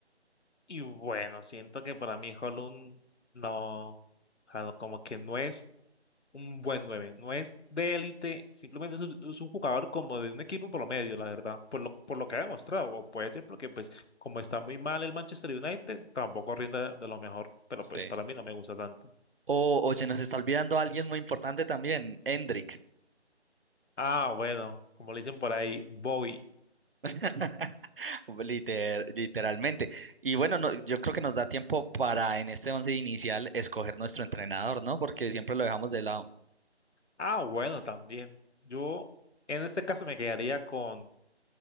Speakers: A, on the left; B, on the right.
A: Y bueno, siento que para mí Holland no, o sea, no, como que no es. un buen nueve No es de élite, simplemente es un, es un jugador como de un equipo promedio, la verdad, por lo, por lo que ha demostrado. O puede ser porque, pues, como está muy mal el Manchester United, tampoco rinde de lo mejor, pero
B: Sí.
A: pues para mí no me gusta tanto.
B: O, o se nos está olvidando alguien muy importante también, Endrick.
A: Ah, bueno, como le dicen por ahí, Bobby.
B: <laughs> Liter- literalmente. Y bueno, no- yo creo que nos da tiempo para en este once inicial escoger nuestro entrenador, ¿no? Porque siempre lo dejamos de lado.
A: Ah, bueno, también. Yo en este caso me quedaría con